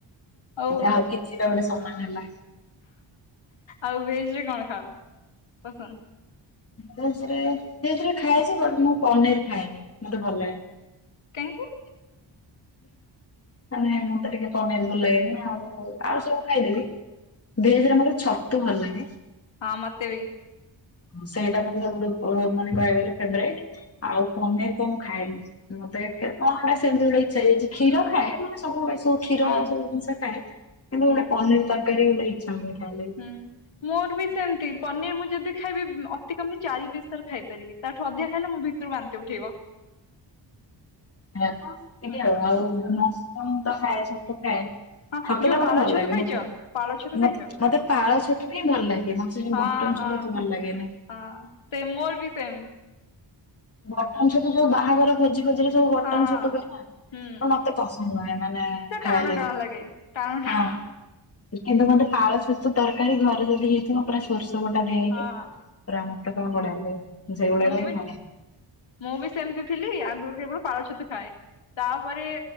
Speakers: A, on the left; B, on the left.
A: ଆଉ
B: ଯାହାଉ କିଛି ତ ଗୋଟେ ସମାନ ହେଲା।
A: ଆଉ ଭେଜ ରେ କଣ ଖାଅ ପସନ୍ଦ?
B: ଭେଜ ରେ ଖାଏ ଯେ ବଟ ମୁଁ ପନିର ଖାଏନି ମତେ ଭଲ ଲାଗେନି।
A: କାଇଁକି?
B: ମାନେ ମତେ ଟିକେ କଁ ପାଇଁ ଭଲ ଲାଗେନି ଆଉ ଆଉ ସବୁ ଖାଇଦେବି। ଭେଜ ରେ ମତେ ଛତୁ ଭଲ ଲାଗେ।
A: ହଁ ମତେ ବି।
B: ସେଇଟା ମାନେ ସବୁଠୁ କହିବାକୁ ଗଲେ ଫେବ୍ରାଇଟ ଆଉ ପନିର ତ ମୁ ଖାଏନି। ମତେ କଣ ସେମିତି ଗୋଟେ ଇଛା ହେଇ ଜାଇଛି ଖୀର ଖାଏ। ମାନେ ସବୁ ଏ ସବୁ କ୍ଷୀର
A: ହୁଁ
B: ସବୁ ଜିନିଷ ଖାଏ କିନ୍ତୁ
A: ହୁଁ
B: ଗୋଟେ ପନିର ତରକାରୀ ଗୋଟେ ଇଚ୍ଛା ହୁଏନି ଖାଇବା ଲାଗି।
A: ହୁଁ ମୋର ବି ସେମିତି ପନିର ମୁଁ ଯଦି ଖାଇବି ଅତି କମ୍ ରେ ଚାରି ପିସ ତା ର ଖାଇପାରିବି। ତାଠୁ ଅଧିଆ ଖାଇଲେ ମୋ ଭିତରୁ ବାନ୍ତି ଉଠେଇବ।
B: ଇୟାତ ସେତିକି
A: ହୁଁ
B: ଆଉ ଆଉ ମସୁରମ
A: ହୁଁ
B: ତ ଖାଏ ଛତୁ ଖାଏ।
A: ହଁ
B: ଛତୁ
A: ଯୋଉ
B: ଟା
A: ପାଳ
B: ମତେ ଭଲ
A: ଛତୁ
B: ଲାଗେ।
A: ଖାଇଛ
B: <unintelligible>
A: ପାଳ ଛତୁ
B: ମତ
A: ଖାଇଛ?
B: ମତେ ପାଳ ଛତୁ ହିଁ ଭଲ ଲାଗେ ମତେ
A: ହଁ
B: ବଟନ
A: ହଁ
B: ଛତୁ ଟା ଭଲ ଲାଗେନାଇଁ।
A: ହଁ ସେ ମୋର ବି ସେମ।
B: ବଟନ ଛତୁ ଯୋଉ ବାହାଘର ଭୋଜି ଭୋଜିରେ ସବୁ ବଟନ
A: ହଁ ହଁ।
B: ଛତୁ ହୁଏ ନା ତ
A: ହୁଁ
B: ମତେ ପସନ୍ଦ ନୁହେଁ ମାନେ ଖାଇବା
A: ସେ ଟାଣ
B: ଲାଗି।
A: ଟାଣ <unintelligible>
B: ହଁ। କିନ୍ତୁ ମତେ ପାଳ ଛତୁ ତରକାରୀ ଘରେ ଯଦି ହେଇଥିବ ପୁରା ସୋରଷ ବଟା ଦିଆ ହେଇକି।
A: ହଁ
B: ତ ମତେ ପୁରା ବଢିଆ ଲାଗେ ମୁଁ ସେଗୁଡା
A: ମୁଁ
B: କ ହିଁ
A: ବି
B: ଖା ଏ।
A: ମୁଁ ବି ସେମିତି ଥିଲି ଆଗରୁ କେବଳ ପାଳ ଛତୁ ଖାଏ। ତାପରେ